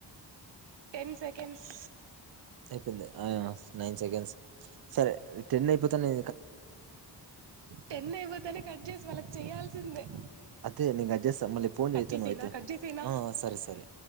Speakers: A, on the right (about 75°); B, on the right (about 55°).
A: టెన్ సకెండ్స్
B: అయిపోయింది నైన్ సెకండ్స్ సరే టెన్ అయిపోతాను నే
A: టెన్ అయిపోతనే కట్ చేసి వాళ్ళకి చేయయాల్సిందే
B: అయితే నేను కట్ చేస్తా మళ్ళ ఫోన్ అయితేను
A: చేసేనా
B: అయితే
A: కట్ చేసేనా
B: ఆ సరే సరే